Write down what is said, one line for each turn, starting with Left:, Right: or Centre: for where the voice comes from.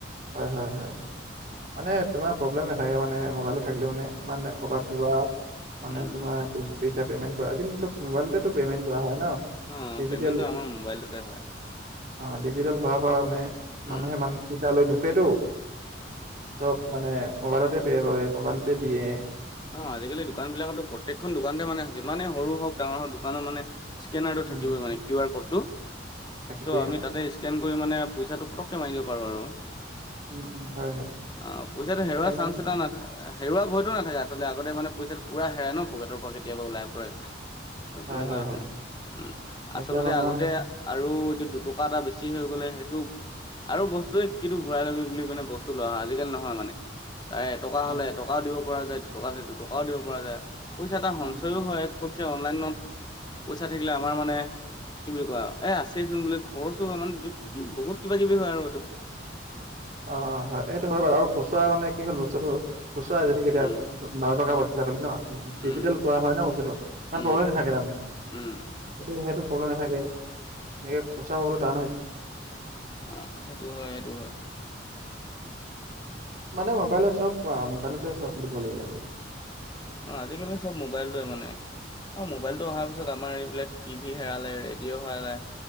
Right: হয় হয় হয় মানে তোমাৰ প্ৰব্লেম নাথাকে মানে মোবাইলটো থাকিলে মানে। মানে কৰ'বাত যোৱা মানে
Left: উম।
Right: তোমাৰ পইচা পেমেন্ট কৰা আজি কালি চব মোবাইলতেতো পে'মেণ্ট কৰা হয় ন
Left: অ
Right: ডিজিটেল
Left: পেমেন্টটো আমাৰ মোবাইলটোতে হয়
Right: অ' ডিজিটেল হোৱাৰ পৰা মানে মানুহে
Left: উম।
Right: মানুহৰ পইছা লৈ নুফুৰেতো। চব মানে মোবাইলতে পে হয় মোবাইলতে দিয়ে।
Left: অ', আজিকালি দোকান বিলাকতো প্ৰত্যেকখন দোকানতে মানে যিমানে সৰু হওক ডাঙৰ হওক দোকানত মানে স্কেনাৰটো
Right: উম,
Left: থাকিবই
Right: উম,
Left: মানে কিউ আৰ ক'ডটো
Right: থাকি
Left: চ'
Right: কৰি
Left: আমি
Right: অ',
Left: তাতে স্কেন কৰি মানে পইচাটো পটকে মাৰি দিব পাৰো আৰু।
Right: উম, উম, হয়,
Left: অ',
Right: হয়।
Left: পইচাটো হেৰুৱা
Right: মানে ইমান
Left: চান্স এটা নাথাকে হেৰুৱা ভয়তো নাথাকে। আচলতে আগতে মানে পইচাটো পুৰা হেৰাই ন পকেটৰ পৰা কেতিয়াবা ওলাই পৰে।
Right: হয়,
Left: তেনেকুৱা
Right: হয়,
Left: ধৰণৰ
Right: হয়,
Left: উম
Right: মানে
Left: আচলতে
Right: এতিয়া মানে
Left: আগতে
Right: মানে
Left: আৰু এতিয়া দুটকা এটা বেছি হৈ গলে সেইটো আৰু বস্তুৱে কিটো ঘূৰাই ল'বি বুলি মানে বস্তু লোৱা হয় আজিকালি নহয় মানে। তাৰে এটকা
Right: অ',
Left: হ'লে এটকাও দিব পৰা যায় দুটকা হলে দুটকাও দিব পৰা যায় পইছা এটা <unintelligible>
Right: উম,
Left: হয়। পুটোকে অনলাইনত পইচা থাকিলে আমাৰ মানে কি বুলি কোৱা এ' আছেইচোন বোলে খৰচো হয় মানে কি বহুত কিবা কিবি হয় আৰু এইটো
Right: অ' হয় সেইটো হয় বাৰু আৰু খুচুৰা মানে কি হ'ল বস্তুটো খুচুৰা যেনেকে এতিয়া
Left: উম,
Right: বাৰ টকা বজাৰ কৰিলি ন
Left: উম,
Right: ডিজিটেল কৰা হয় ন বস্তুতো ইমান
Left: উম,
Right: প্ৰব্লেম নাথাকে তাৰমানে।
Left: উম,
Right: সেইটো, সেইটো প্ৰব্লেম নাথাকে এনেকে খুচৰা পাবলৈ টান
Left: অ' সেইটো হয় সেইটো হয়।
Right: মানে মোবাইলে চব পোৱা মবাইলতে চব বুলি কব লাগিব আজি।
Left: অ', আজিকালি চব মোবাইলটোৱে মানে অ' মোবাইলটো
Right: উম,
Left: অহাৰ পিছত আমাৰ এইবিলাক টিভি হেৰালে ৰেডিঅ' হেৰালে